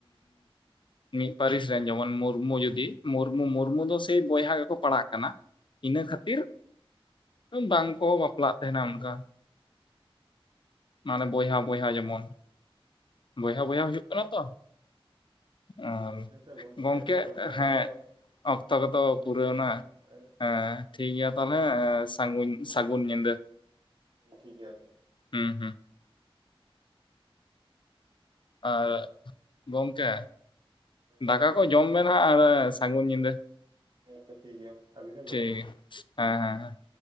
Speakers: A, on the left; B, on the right.
A: ᱢᱤᱫ ᱯᱟᱹᱨᱤᱥ ᱨᱮᱱ ᱡᱮᱢᱚᱱ ᱢᱩᱨᱢᱩ ᱡᱩᱫᱤ ᱢᱩᱨᱢᱩ ᱢᱩᱨᱢᱩ ᱫᱚ ᱥᱮᱭ ᱵᱚᱭᱦᱟ ᱜᱮᱠᱚ ᱯᱟᱲᱟᱜ ᱠᱟᱱᱟ᱾ ᱤᱱᱟᱹ ᱠᱷᱟᱹᱛᱤᱨ ᱵᱟᱝᱠᱚ ᱵᱟᱯᱞᱟᱜ ᱛᱟᱦᱮᱸᱱᱟ ᱚᱱᱠᱟ ᱢᱟᱱᱮ ᱵᱚᱭᱦᱟᱼ ᱵᱚᱭᱦᱟ ᱡᱮᱢᱚᱱ ᱵᱚᱭᱦᱟ ᱵᱚᱭᱦᱟ ᱦᱩᱭᱩᱜ ᱠᱟᱱᱟ ᱛᱚ ᱟᱨ
B: ᱦᱮᱸᱛᱚ ᱜᱚᱝᱠᱮ
A: ᱜᱚᱢᱠᱮ
B: ᱚᱠᱛᱚ
A: ᱦᱮᱸ
B: ᱠᱚᱫᱚ
A: ᱚᱠᱛᱚ ᱠᱚᱫᱚ
B: ᱦᱩᱭ
A: ᱯᱩᱨᱟᱹᱣᱱᱟ
B: ᱤᱫᱤᱭᱮᱱᱟ ᱟᱨ
A: ᱦᱮᱸ ᱴᱷᱤᱠ ᱜᱮᱭᱟ ᱛᱟᱦᱚᱞᱮ ᱥᱟᱹᱜ ᱥᱟᱹᱜᱩᱱ ᱧᱤᱫᱟᱹ
B: ᱦᱮᱸ ᱴᱷᱤᱠ ᱜᱚᱝᱠᱮ᱾
A: ᱦᱮᱸ ᱦᱮᱸ ᱟᱨ ᱜᱚᱝᱠᱮ
B: ᱦᱮᱸ
A: ᱫᱟᱠᱟ ᱠᱚ ᱡᱚᱢ ᱵᱮᱱ ᱦᱟᱜ ᱟᱨ ᱥᱟᱹᱜᱩᱱ ᱧᱤᱫᱟᱹ᱾
B: ᱦᱮᱸ ᱛᱚ ᱴᱷᱤᱠ ᱜᱮᱭᱟ ᱟᱵᱤᱱ ᱦᱚᱸ
A: ᱴᱷᱤᱠ
B: ᱡᱚᱢ
A: ᱜᱮᱭᱟ,
B: ᱵᱤᱱ
A: ᱦᱮᱸ ᱦᱮᱸᱮᱸ